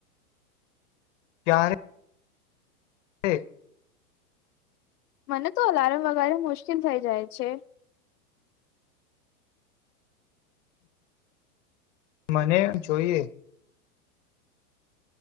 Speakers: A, on the left (about 55°); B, on the left (about 85°).
A: ક્યારે એ
B: મને તો અલાર્મ વગારે મુશ્કેલ થઈ જાય છે.
A: મને જોઈએ